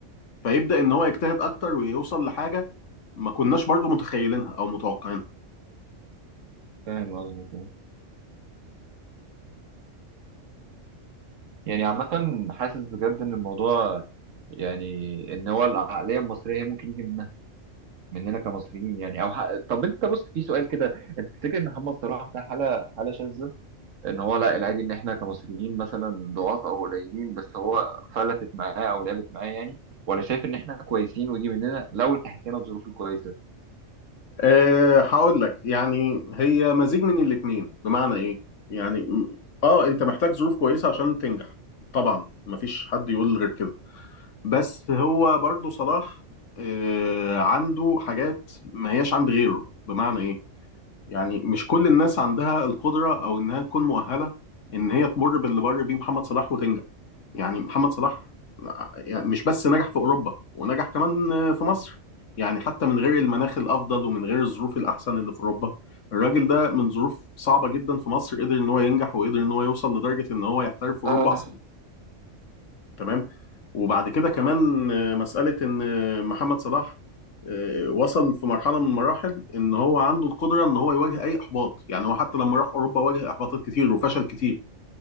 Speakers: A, on the left; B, on the right.
A: فيبدأ ان هو يجتهد اكتر ويوصل لحاجة ما كناش برضو متخيلينها او متوقعينها
B: فاهم قصدك آه. يعني عامة حاسس بجد ان الموضوع يعني ان هو العقليه المصريه هي ممكن يجي من مننا كمصريين يعني او ح... طب انت بص في سؤال كده انت تفتكر ان محمد صلاح ده حاله حاله شاذه ان هو لا العادي ان احنا كمصريين مثلا ضعاف او قليلين بس هو فلتت معاه او لعبت معاه يعني ولا شايف ان احنا كويسين ويجي مننا لو تحسينا الظروف الكويسه
A: أه هقول لك يعني هي مزيج من الاتنين بمعنى ايه يعني م- اه انت محتاج ظروف كويسة عشان تنجح طبعا مفيش حد يقول غير كده بس هو برضو صلاح أه عنده حاجات ما هياش عند غيره بمعنى ايه يعني مش كل الناس عندها القدرة او انها تكون مؤهلة ان هي تمر باللي مر بيه محمد صلاح وتنجح يعني محمد صلاح يعني مش بس نجح في اوروبا ونجح كمان في مصر يعني حتى من غير المناخ الافضل ومن غير الظروف الاحسن اللي في اوروبا الراجل ده من ظروف صعبه جدا في مصر قدر ان هو ينجح وقدر ان هو يوصل لدرجه ان هو يحترف في اوروبا
B: اه
A: اصلا تمام وبعد كده كمان آه، مساله ان آه، محمد صلاح آه، وصل في مرحله من المراحل ان هو عنده القدره ان هو يواجه اي احباط يعني هو حتى لما راح اوروبا واجه احباطات كتير وفشل كتير